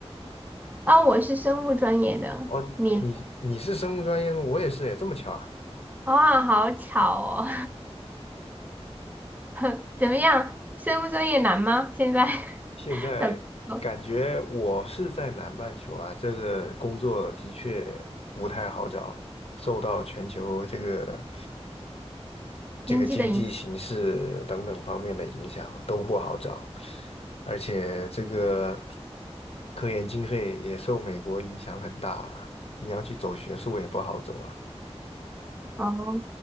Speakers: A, on the right; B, on the left.
A: <laughs> 啊？我是生物专业的，
B: 哦，
A: 你呢
B: 你你是生物专业的吗？我也是，也这么巧啊。
A: 啊，好巧哦，<laughs> 怎么样？生物专业难吗？现在
B: 现在感觉我是在南半球啊，
A: <laughs> 找工作？
B: 这个工作的确不太好找，受到全球这个。这个经济形势等等方面的影响啊都不好找，
A: 经济的影响
B: 而且这个科研经费也受美国影响很大了，你要去走学术也不好走了。
A: 哦，